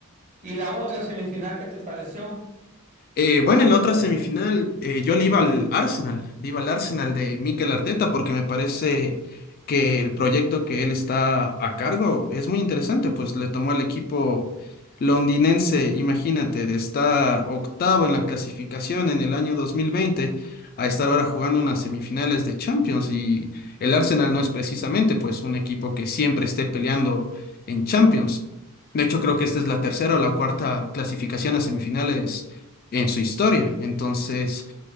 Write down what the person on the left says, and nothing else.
Eh, bueno, en la otra semifinal eh, yo le iba al Arsenal, le iba al Arsenal de Mikel Arteta porque me parece que el proyecto que él está a cargo es muy interesante, pues le tomó al equipo londinense, imagínate, de estar octavo en la clasificación en el año 2020 a estar ahora jugando unas semifinales de Champions y el Arsenal no es precisamente pues un equipo que siempre esté peleando en Champions.
De hecho, creo que esta es la tercera o la cuarta clasificación a semifinales en su historia. Entonces,